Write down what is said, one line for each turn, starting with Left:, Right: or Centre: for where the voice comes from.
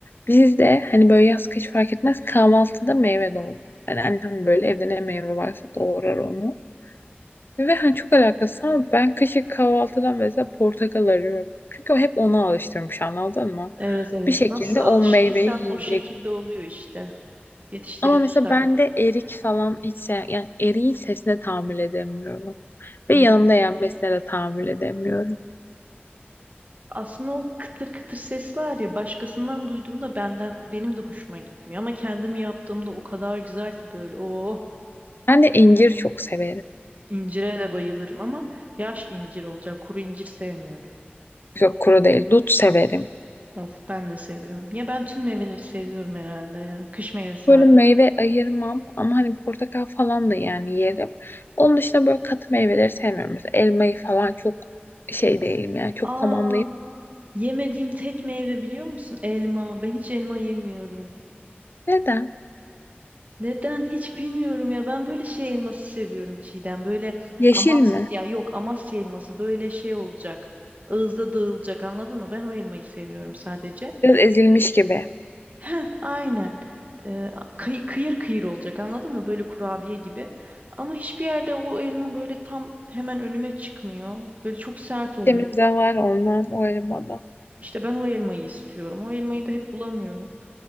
Left: Biz de hani böyle yaz kış fark etmez kahvaltıda meyve de olur. Yani annem böyle evde ne meyve varsa doğrar onu. Ve hani çok alakasız ama ben kışın kahvaltıdan mesela portakal arıyorum. Çünkü o hep ona alıştırmış anladın mı?
Right: Evet evet.
Left: Bir şekilde
Right: Nasıl alıştıysan
Left: o meyveyi yiyecek.
Right: o şekilde oluyor işte. Yetiştiriliş
Left: Ama mesela
Right: tarzı.
Left: ben de erik falan hiç sev yani eriğin sesine tahammül edemiyorum. Ve
Right: Hı.
Left: yanımda yenmesine de tahammül edemiyorum.
Right: Aslında o kıtır kıtır ses var ya başkasından duyduğumda benden benim de hoşuma gitmiyor ama kendim yaptığımda o kadar güzel ki böyle oh
Left: Ben de incir çok severim.
Right: incire de bayılırım ama yaş incir olacak kuru incir sevmiyorum.
Left: Yok kuru değil, dut severim.
Right: Of ben de seviyorum. Ya ben tüm meyveleri seviyorum herhalde ya. Kış meyvesi
Left: Böyle
Right: hariç.
Left: meyve ayırmam ama hani portakal falan da yani yerim. Onun dışında böyle katı meyveleri sevmiyorum. Mesela elmayı falan çok şey değilim yani çok
Right: Aa
Left: tamamlayıp.
Right: yemediğim tek meyve biliyor musun? Elma. Ben hiç elma yemiyorum.
Left: Neden?
Right: Neden hiç bilmiyorum ya ben böyle şey elması seviyorum Çiğdem böyle
Left: Yeşil
Right: Amasya
Left: mi?
Right: ya yok Amasya elması böyle şey olacak ağızda dağılacak anladın mı ben o elmayı seviyorum sadece
Left: Biraz ezilmiş gibi.
Right: Heh, aynen Ee, kıy- kıyır kıyır olacak anladın mı böyle kurabiye gibi ama hiçbir yerde o elma böyle tam hemen önüme çıkmıyor böyle çok sert oluyor
Left: Temizden var ondan o elmadan.
Right: İşte ben o elmayı istiyorum o elmayı da hep bulamıyorum